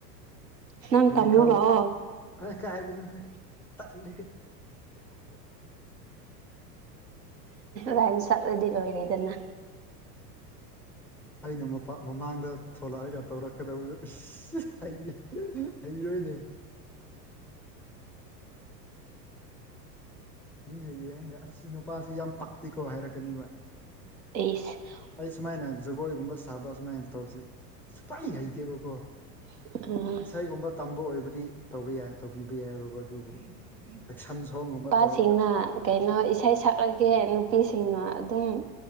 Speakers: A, on the right; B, in the centre.
A: ꯅꯪ
B: ꯃꯦꯗꯤꯀꯦꯜ
A: ꯇꯃꯣ ꯂꯥꯛꯑꯣ
B: ꯑ ꯀꯥꯏꯗꯅꯣꯍꯦ ꯇꯠꯂꯦ
A: ꯔꯥꯏꯝ ꯁꯠꯂꯗꯤ ꯂꯣꯏꯔꯦꯗꯅ
B: ꯑꯩꯅ ꯃꯄꯥ ꯃꯃꯥꯡꯗ ꯊꯣꯛꯂꯛꯑꯒ ꯇꯧꯔꯛꯀꯗꯕꯗꯨ ꯍꯩꯌꯦ ꯍꯩꯔꯣꯏꯅꯦ ꯃꯤꯅ ꯌꯦꯡꯒꯥ ꯑꯁꯤ ꯅꯨꯄꯥꯁꯤ ꯌꯥꯝ ꯄꯛꯇꯦꯀꯣ ꯍꯥꯏꯔꯛꯀꯅꯤꯕ
A: <unintelligible>
B: ꯑꯩ ꯁꯨꯃꯥꯏꯅ ꯖꯒꯣꯏꯒꯨꯝꯕ ꯁꯥꯕ ꯁꯨꯃꯥꯏꯅ ꯇꯧꯁꯤ ꯁꯨꯄꯥꯏ ꯍꯩꯇꯦꯕꯀꯣ
A: <unintelligible>
B: ꯏꯁꯩꯒꯨꯝꯕ ꯇꯝꯕ ꯑꯣꯏꯕꯗꯤ ꯇꯧꯕ ꯌꯥꯏ ꯇꯧꯕꯤꯕ ꯌꯥꯏꯑꯕꯀꯣ ꯑꯗꯨꯕꯨ ꯑꯦꯛꯁꯟ ꯁꯣꯡꯒꯨꯝꯕ ꯇꯧꯔꯒ
A: ꯁꯤꯡꯅ ꯀꯩꯅꯣ ꯏꯁꯩ ꯁꯛꯂꯒꯦ ꯅꯨꯄꯤꯁꯤꯡꯅ ꯑꯗꯨꯝ